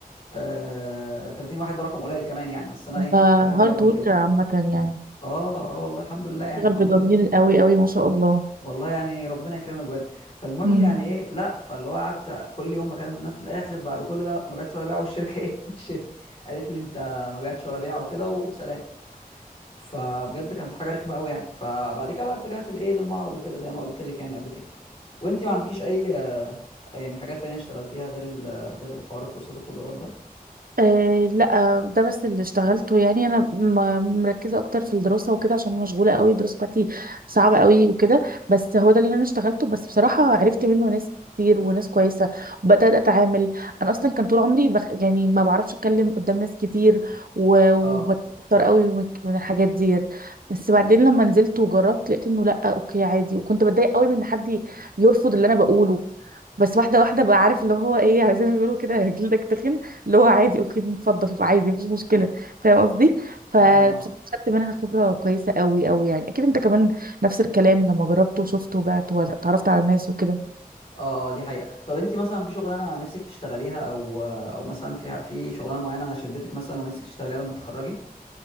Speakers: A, on the left; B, on the right.
A: آه 30 واحد ده رقم قليل كمان يعني بس انا
B: انت
A: ايه برمي
B: هارد
A: رقم
B: وركر
A: كده
B: عامه يعني
A: اه اه والله الحمد لله يعني
B: بتشتغل
A: الحمد
B: بضمير
A: لله
B: قوي قوي ما شاء الله
A: والله يعني ربنا يكرمك بجد فالمهم
B: مم.
A: يعني ايه لا فاللي هو قعدت كل يوم بكلم في الناس في الاخر بعد كل ده ما بعتش ولا بيعه والشركه ايه <laughs> مشيت قالت لي انت ما بعتش ولا بيعه وكده وسلام فبجد كانت حاجه رخمه قوي يعني فبعد كده بقى اتجهت لايه للمعرض وكده زي ما قلت لك يعني قبل كده وانت ما عندكيش اي آه، يعني حاجات تانية اشتغلتيها غير ال- غير الحوار الكورسات القدرات ده
B: أه لا ده بس اللي اشتغلته يعني انا م- مركزه اكتر في الدراسه وكده عشان أنا مشغوله قوي الدراسه بتاعتي صعبه قوي وكده بس هو ده اللي انا اشتغلته بس بصراحه عرفت منه ناس كتير وناس كويسه وبدات اتعامل انا اصلا كان طول عمري بخ... يعني ما بعرفش اتكلم قدام ناس كتير و... وبتضطر
A: اه
B: قوي من من الحاجات ديت بس بعدين لما نزلت وجربت لقيت انه لا اوكي عادي وكنت بتضايق قوي من ان حد يرفض اللي انا بقوله بس واحده واحده بقى عارف اللي هو ايه زي ما بيقولوا كده <laughs> جلدك تخن اللي هو عادي اوكي اتفضل عادي مفيش مشكله فاهم قصدي فبصراحه
A: فاهم اه
B: خدت منها خبره كويسه قوي قوي يعني اكيد انت كمان نفس الكلام لما جربت وشفت وبعت وتعرفت على ناس وكده
A: اه آه، دي حقيقة طب انت مثلا في شغلانة نفسك تشتغليها او او مثلا في في شغلانة معينة شدتك مثلا ونفسك تشتغليها لما تتخرجي